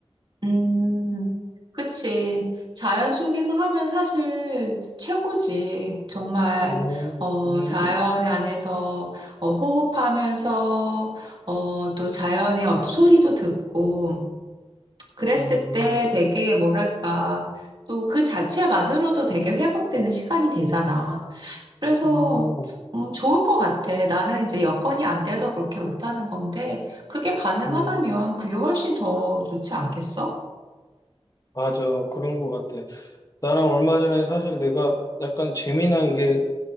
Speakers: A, on the right; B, on the left.
A: 음, 그치. 자연 속에서 하면 사실 최고지. 정말,
B: 음,
A: 어,
B: 음,
A: 자연 안에서 어, 호흡하면서, 어, 또 자연의 어떤 소리도 듣고, 그랬을
B: 음,
A: 때 되게 뭐랄까, 또 그 자체만으로도 되게 회복되는 시간이 되잖아. 그래서,
B: 음,
A: 음, 좋을 것 같아. 나는 이제 여건이 안 돼서 그렇게 못하는 건데, 그게 가능하다면
B: 음.
A: 그게 훨씬 더 좋지 않겠어?
B: 맞아. 그런 것 같아. 나랑 얼마 전에 사실 내가 약간 재미난 게